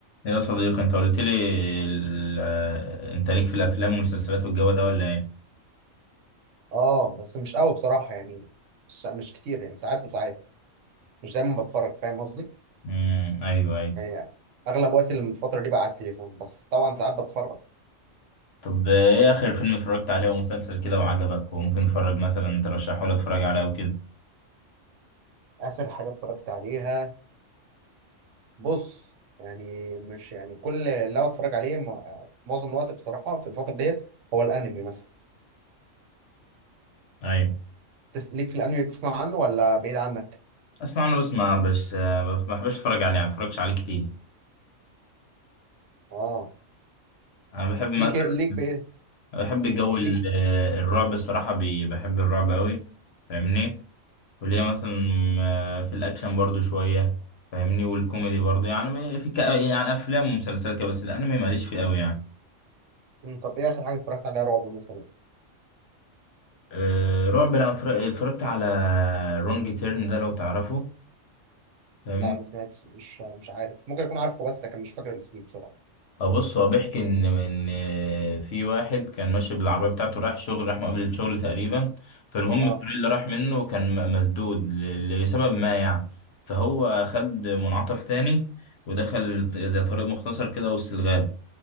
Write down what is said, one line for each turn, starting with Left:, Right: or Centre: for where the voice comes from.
Left: يا صديقي انت قلت لي ال- آه، انت ليك في الافلام والمسلسلات والجو ده ولا ايه
Right: اه بس مش قوي بصراحة يعني مش مش كتير يعني ساعات وساعات مش دايما بتفرج فاهم قصدي
Left: امم ايوه ايوه
Right: يعني اغلب وقت الفترة دي بقى على التليفون بس طبعا ساعات بتفرج
Left: طب آه، ايه اخر فيلم اتفرجت عليه ومسلسل كده وعجبك وممكن اتفرج مثلا ترشحه لي اتفرج عليه وكده
Right: اخر حاجة اتفرجت عليها بص يعني مش يعني كل اللي أنا بتفرج عليه م- معظم الوقت بصراحة في الفترة ديت هو الانمي مثلا
Left: ايوه
Right: تس... ليك في الانمي تسمع عنه ولا بعيد عنك
Left: اسمع انا بس ما بش آه، ما بحبش اتفرج عليه يعني ما اتفرجش عليه كتير
Right: اه
Left: انا بحب مثلا
Right: ليك إيه، ليك في ايه
Left: بحب جو ال-
Right: ليك في...
Left: آه، الرعب الصراحه بي- بحب الرعب قوي فاهمني وليها مثلا آه، في الاكشن برضو شويه فاهمني والكوميدي برضو يعني في ك... يعني افلام ومسلسلات كده بس الانمي ماليش فيه قوي يعني
Right: مم، طب ايه اخر حاجة اتفرجت عليها رعب مثلا
Left: أه رعب لا اتفر- اتفرجت على رونج تيرن ده لو تعرفه فاهمني
Right: لا ما سمعتش مش مش عارف ممكن اكون عارفه بس لكن مش فاكر الاسم بصراحة
Left: أه بص هو بيحكي ان ان آه، في واحد كان ماشي بالعربيه بتاعته رايح شغل راح مقابل الشغل تقريبا فالمهم
Right: اه
Left: الطريق اللي راح منه كان م- مسدود ل- لسبب ما يعني فهو خد منعطف تاني ودخل زي طريق مختصر كده وسط الغابه